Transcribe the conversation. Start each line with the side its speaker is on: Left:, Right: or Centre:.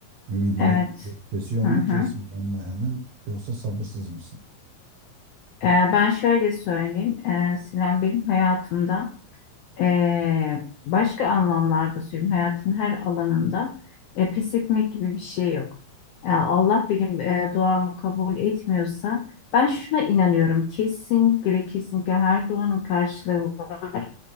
Right: Ümidini
Left: evet.
Right: kesiyor
Left: Hı
Right: mu,
Left: hı.
Right: kesmiyor mu hemen yoksa sabırsız mısın?
Left: Ee, ben şöyle söyleyeyim. Ee, Sinan benim hayatımda E, başka anlamlarda söyleyeyim. Hayatın her alanında e, pes etmek gibi bir şey yok. Yani Allah benim e, duamı kabul etmiyorsa ben şuna inanıyorum. Kesinlikle ve kesinlikle her duanın karşılığı var.